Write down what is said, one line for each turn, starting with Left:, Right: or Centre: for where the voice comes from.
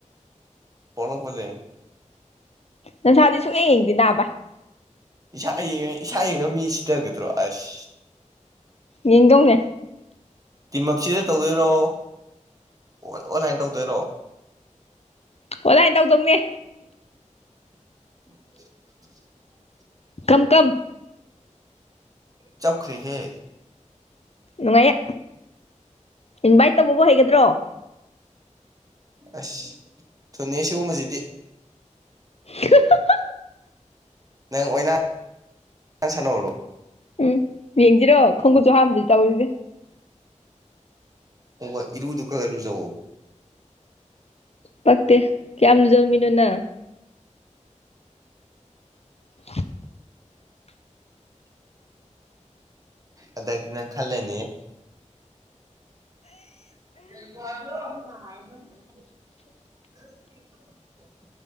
Right: ꯄꯣꯛꯂꯛꯄꯗꯩꯅꯤ
Left: ꯅꯁꯥꯗꯤ ꯁꯨꯛꯌꯦꯡ ꯌꯦꯡꯗ ꯅꯥꯕ
Right: ꯏꯁꯥ ꯌꯦꯡꯉ ꯏꯁꯥ ꯌꯦꯡꯉ ꯃꯤ ꯁꯤꯊꯒꯗ꯭ꯔꯣ ꯑꯁ
Left: ꯌꯦꯡꯗꯧꯅꯦ
Right: ꯇꯤꯝꯑꯞꯁꯤꯗ ꯇꯧꯗꯣꯏꯔꯣ ꯑꯣ ꯑꯣꯟꯂꯥꯏꯅ ꯇꯧꯗꯣꯏꯔꯣ
Left: ꯑꯣꯟꯂꯥꯏꯟ ꯇꯧꯗꯧꯅꯦ
Right: <inaudible>
Left: ꯀꯝ ꯀꯝ
Right: ꯆꯞ ꯈ꯭ꯔꯦꯍꯦ
Left: ꯅꯨꯡꯉꯥꯏꯌꯦ ꯏꯟꯚꯥꯏꯠ ꯇꯧꯕꯕꯨ ꯍꯩꯒꯗ꯭ꯔꯣ
Right: ꯑꯁ ꯊꯨꯅꯤ ꯁꯤꯒꯨꯝꯕꯁꯤꯗꯤ
Left: ꯍꯥ ꯍꯥ ꯍꯥ
Right: ꯅꯪ ꯑꯣꯏꯅꯥ ꯁꯅꯔꯨꯔꯣ
Left: ꯎꯝ ꯌꯦꯡꯁꯤꯔꯣ ꯈꯣꯡꯈꯨꯠꯁꯨ ꯍꯥꯝꯗꯔꯤ ꯇꯧꯔꯤꯁꯦ
Right: ꯑꯣ ꯍꯣꯏ ꯏꯔꯨꯗꯨ ꯈꯔ ꯈꯔ ꯂꯨꯖꯧꯋꯣ
Left: ꯄꯛꯇꯦ ꯀꯌꯥꯝ ꯖꯧꯝꯃꯤꯅꯣ ꯅꯪ <inaudible>
Right: ꯑꯗꯗꯤ ꯅꯪ ꯈꯜꯂꯅꯤꯌꯦ <unintelligible> <inaudible>